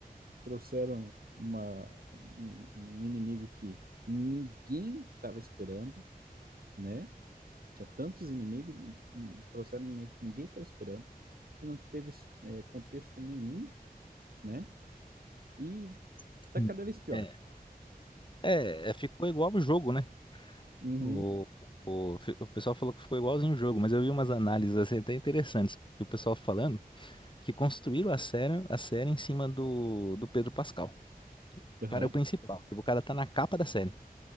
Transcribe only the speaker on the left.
Sim.
É, é, é, ficou igual o jogo, né?
O, o, fi- o pessoal falou que ficou igualzinho o jogo, mas eu vi umas análises assim, até interessantes que o pessoal falando que construíram a série, a série em cima do, do Pedro Pascal.
O cara é o principal. Tipo, o cara tá na capa da série.